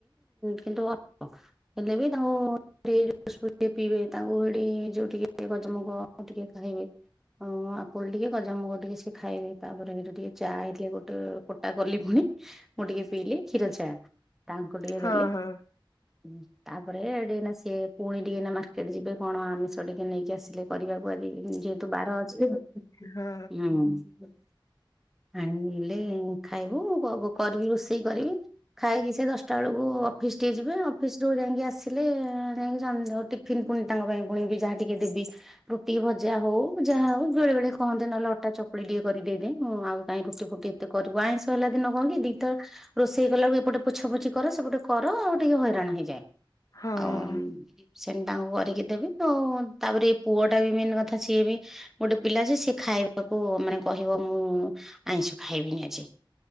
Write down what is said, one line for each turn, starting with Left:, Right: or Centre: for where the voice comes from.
Centre: କିନ୍ତୁ ଅ ହେଲେ ବି ତାଙ୍କୁ <inaudible> <unintelligible> <inaudible> ସୁପ୍ ଟିକେ ପିଇବେ ତାଙ୍କୁ ହେଟି ଯୋଉ ଟିକେ ଗଜାମୁଗ ଟିକେ ଖାଇବେ। ହଁ ଆପୁଲ ଟିକେ ଗଜାମୁଗ ଟିକେ ସେଏ ଖାଇବେ। ତାପରେ ଏଇଠୁ ଟିକେ ଚା ହେଇଥିଲେ ଗୋ କୋଟା କଲି ଫୁଣି ମୁଁ ଟିକେ ପିଇଲି କ୍ଷୀର ଚା ତାଙ୍କୁ ଟିକେ
Left: ହଁ
Centre: ଦେଲି।
Left: ହଁ
Centre: ହୁଁ ତାପରେ ହେଟି ନା ସିଏ ପୁଣି ଟିକେ ନା ମାର୍କେଟ ଯିବେ କଣ ଆମିଷ ଟିକେ ନେଇକି ଆସି ଲେ କରିବାକୁ ଆଜି ଯେହେତୁ ବାର ଅଛି ହୁଁ।
Left: ହଁ
Centre: ଆଣିଲେ ଖାଇବୁ କ-କରିବି ରୋଷେଇ କରିବି। ଖାଇକି ସେ ଦଶଟା ବେଳକୁ ଅଫିସ ଟିକେ ଯିବେ। ଅଫିସରୁୁ ଯାଇଁକି ଆସିଲେ ଯାଇକି ସଞ୍ଜ ଟି ଫିନ୍ ଫୁଣି ତାଙ୍କ ପାଇଁ ଫୁଣିବି ଯାହା ଟିକେ ଦେବି। ରୁଟି ଭଜା ହୋଉ ଯାହା ହୋଉ ବେଳେ ବେଳେ କହନ୍ତେ ନହେଲେ ଅଟା ଚକୁଳି ଟିକେଏ କରିଦେଇଦେ ମୁଁ ଆଉ କାଇଁ ରୁଟି ଫୁଟି କେତେ କରିବୁ ଆଁଇଶ ହେଲା ଦିନ କଣ କି ଦିଇଥର ରୋଷେଇ କଲା ବେଳକୁ ଏପଟେ ପୋଛାପୋଛି କର ସେପଟେ କର ଆଉ ଟିକେ ହଇରାଣ ହେଇଯାଏ।
Left: ହଁ।
Centre: ଆଉ ସେମ ତାଙ୍କୁ କରିକି ଦେବି। ତ ତାପରେ ଏ ପୁଅ ଟା ବି ମେନ୍ କଥା ସିଏ ବି ଗୋଟେ ପିଲା ଯେ ସେ ଖାଇବାକୁ ମାନେ କହିବ ମୁଁ ଆଇଁଷ ଖାଇବିନି ଆଜି